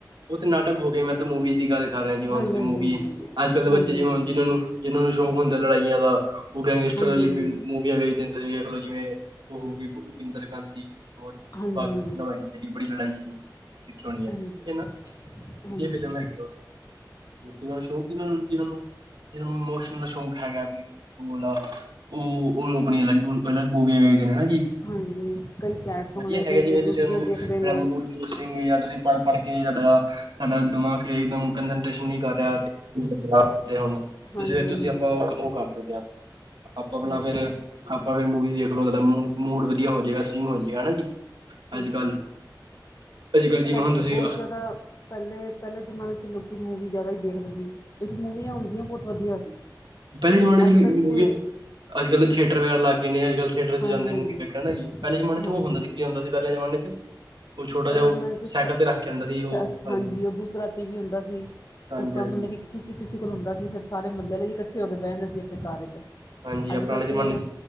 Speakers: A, on the right; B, on the left.
A: ਉਹ ਤੇ ਨਾਟਕ ਹੋ ਗਏ। ਮੈਂ ਤੇ ਮੂਵੀਜ਼ ਦੀ ਗੱਲ ਕਰ ਰਿਹਾ ਜਿਵੇਂ
B: ਹਾਂਜੀ
A: ਹੁਣ ਤੁਸੀਂ ਮੂਵੀ
B: ਹਾਂਜੀ ਹਾਂਜੀ
A: ਅੱਜ ਕੱਲ ਦੇ
B: ਹਾਂਜੀ
A: ਬੱਚੇ ਜਿਵੇਂ
B: ਹਾਂਜੀ
A: ਜਿਨਾਂ ਨੂੰ ਜਿਹਨਾਂ ਨੂੰ ਸ਼ੌਕ ਹੁੰਦਾ ਲੜਾਈਆਂ ਦਾ ਉਹ ਗੈਂਗਸਟਰ
B: ਹਾਂਜੀ
A: ਕਦੇ
B: ਹਾਂਜੀ ਹਾਂਜੀ
A: ਤੁਸੀਂ ਵੇਖ ਲਓ ਜਿਵੇਂ ਉਹ ਹੋਗੀ ਰੁਪਿੰਦਰ ਗਾਂਧੀ ਹੋਰ
B: ਹਾਂਜੀ
A: ਬਾਕੀ ਚੀਜ਼ਾਂ ਹੈਗੀ ਜੜੀ ਬੜੀ ਲੜਾਈ ਜਿਹੜੀ <inaudible> ਵੇਖੀ ਹੋਣੀ
B: ਹਾਂਜੀ
A: ਨਾ
B: ਹਾਂਜੀ ਹਾਂਜੀ
A: ਵਧੀਆ ਫਿਲਮ ਹੈਗੀ ਉਹ। ਸਕ ਦਿ ਜਿਨ੍ਹਾਂੂੰ ਜਿ <unintelligible> ਮੌਸਮ ਦਾ ਸ਼ੌਕ ਹੈਗਾ। ਉਹ ਉਹ ਆਪਣੀਆਂ ਅਲੱਗ ਅਲੱਗ ਮੂਵੀਆਂ ਵੇਖਦੇ ਨੇ ਹਨਾ ਜੀ।
B: ਹਾਂਜੀ ਕਈ ਸੈਡ ਸੌਂਗ
A: ਵਧੀਆ
B: ਦੇਖਦੇ
A: ਹੈਗਾ
B: ਨੇ
A: ਜਿਵੇਂ
B: ਕਈ
A: ਤੁਸੀਂ
B: ਦੂਸਰੀਆਂ
A: ਉਹਨੂੰ
B: ਦੇਖਦੇ
A: ਤੁਹਾਡਾ
B: ਨੇ।
A: <unintelligible> ਸਿੰਘ ਯਾ ਤੁਸੀ ਪੜ-ਪੜ ਕੇ ਜੈਦਾ। ਸਾਡਾ ਦਿਮਾਗਮ ਕੰਟੇਸ਼ਨ ਨਹੀਂ ਕਰ ਰਿਹਾ <unintelligible> <inaudible>
B: ਹਾਂਜੀ
A: ਤੁਸੀਂ
B: ਹਾਂਜੀ
A: ਆਪਾਂ
B: ਹਾਂਜੀ
A: ਉਹ ਉਹ ਕਰ ਸਕਦੇ ਹਾਂ। ਆਪਾਂ ਆਪਣਾ
B: ਹਾਂਜੀ
A: ਫੇਰ ਆਪਾਂ ਫਿਰ ਮੂਵੀ ਦੇਖ ਲੋ ਮੂਡ ਵਧੀਆ ਹੋ ਜਾਏਗਾ ਸਵਿੰਗ ਹੋ ਜਾਏਗਾ ਜੀ।
B: ਹਾਂਜੀ
A: ਅੱਜ ਕੱਲ੍ਹ ਅੱਜ ਕੱਲ੍ਹ ਜਿਵੇਂ
B: ਪੈਲੇ
A: ਹੁਣ ਤੁਸੀਂ
B: ਤਾਂ ਬੌਤ ਜੈਦਾ ਪੈਲੇ, ਪੈਲੇ ਜਮਾਨੇ ਚ ਲੋਕੀ ਮੂਵੀ ਜੈਦਾ ਈ ਦੇਖਦੇ ਸੀ। ਕਿਉਂਕਿ ਮੂਵੀਆਂ ਹੁੰਦੀਆਂ ਬੌਤ ਵਦੀਆ ਸੀ।
A: ਪੈਲੇ ਜਮਾਨੇ ਚ
B: ਅੱਜ
A: ਵੀ
B: ਕੱਲ੍ਹ
A: ਮੂਵੀ,
B: ਤੇ
A: ਅੱਜ-ਕੱਲ ਦੇ ਥੀਏਟਰ ਵਗੈਰਾ ਲੱਗ ਗਏ ਨੇ ਅੱਜ-ਕੱਲ ਥੀਏਟਰ ਚ
B: ਹਾਂਜੀ
A: ਜਾਂਦੇ
B: ਹਾਂਜੀ
A: ਮੂਵੀ ਵੇਖਣ ਹੈ ਨਾ ਜੀ, ਪਹਿਲੇ ਜਮਾਨੇ ਚ
B: ਹਾਂਜੀ
A: ਉਹ ਹੁੰਦਾ ਸੀ, ਕੀ ਹੁੰਦਾ ਸੀ ਪਹਿਲੇ ਜ਼ਮਾਨੇ ਚ? ਉਹ ਛੋਟਾ
B: ਪਹਿਲੇ
A: ਜਿਹਾ ਉਹ
B: ਜਮਾਨੇ ਸ
A: ਸਾਈਕਲ
B: ਸ
A: ਤੇ ਰੱਖ ਕੇ ਆਂਦਾ ਸੀ ਉਹ ਭਾਈ
B: ਹਾਂਜੀ, ਉਹ ਦੂਸਰਾ ਟੀ-ਵੀ ਹੁੰਦਾ ਸੀ।
A: ਹਾਂਜੀ
B: ਉਸ ਬਾਦ
A: ਹਾਂਜੀ
B: ਮਤਲਬ ਕਿ ਕਿਸੇ ਕਿਸੇ ਕੋਲ ਹੁੰਦਾ ਸੀ ਫਿਰ ਸਾਰੇ ਮੁਹੱਲੇੇ ਇਕੱਠੇ ਹੋ ਕੇ ਬਹਿੰਦਾ ਸੀ ਆਪਣੇ ਘਰ ਚ'
A: ਹਾਂਜੀ
B: ਅੱਜ
A: ਆ ਪੁਰਾਣੇ
B: ਕੱਲ੍ਹ
A: ਜ਼ਮਾਨੇ
B: ਤੇ
A: ਚ